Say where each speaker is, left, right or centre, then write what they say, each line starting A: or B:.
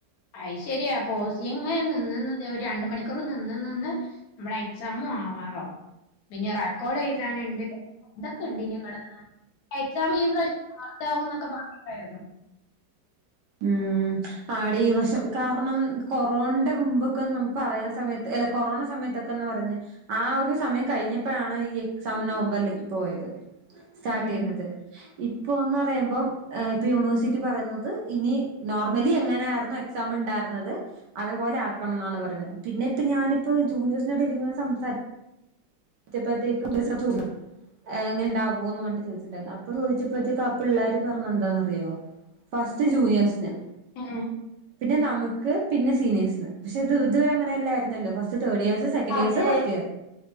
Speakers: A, on the left; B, on the right.
A: ഐ്ശരിയാ പോസിങ് നിന്ന് നിന്ന് രണ്ട് മണിക്കൂർ നിന്ന് നിന്ന്. നമ്മുളേ എക്സാമും ആവാറോവും. പിന്നെ റെക്കോർഡ് എയ്താനുണ്ട്. ഇതൊക്കെ ഉണ്ട് ഇനി കിടക്ക് ണ്. എക്സാം ഈ പ്രാവശ്യം മാർച്ചാവും. എന്നൊക്കെ പറഞ്ഞിണ്ടായിരുന്നു.
B: ഉം ആടി കുറച്ചൊ കാരണം. കൊറോണന്റെ മുമ്പൊക്കെ ന പറയുൻ സമയത്ത് അല്ലെ കൊറോണ സമയത്തൊക്കെന്ന് പറഞ്ഞ്. ആ ഒരു സമയം കയ്ഞ്ഞ്. ഇപ്പഴാണ് ഈ എക്സാം നവംബറിലേക്ക് പോയത്. സ്റ്റാർട്ട്
A: ഉം
B: ചെയ്യുന്നത്. ഇപ്പോ എന്ന് പറയുമ്പോ ഇപ്പൊ യൂണിവേഴ്സിറ്റി പറയുന്നത്. ഇനി നോർമലി എങ്ങനെയായിരുന്നു. എ എക്സാം ഇണ്ടാർന്നത് അത്പോലെ ആക്കണംന്നാണ് പറിണെ. പിന്നെ ഇപ്പ ഞാനപ്പോ ജൂനിയേ്സ്നടയില് സംസാരി റ്റപ്പോഴത്തേക്കും <unintelligible> എങ്ങനെണ്ടാവോ എന്ന്ഞ്ഞിട്ട് ചോദിച്ചിണ്ടായിരുന്നു. പ്പ ചോദിച്ചപ്പോത്തേക്ക് അപ്പ പിള്ളോര് പറണ്. എന്താന്ന്റിയോ ഫസ്റ്റ് ജൂനിയേഴ്സിനൊ.
A: ഉം
B: പിന്നെ നമുക്ക് പിന്നെ സീനിയേഴ്സ്ന് പക്ഷെത് ഇതുവരെ അങ്ങനെ എല്ലയിരുല്ലോ. First third class second
A: അതെ
B: years ഫസ്റ്റ് ഇയർ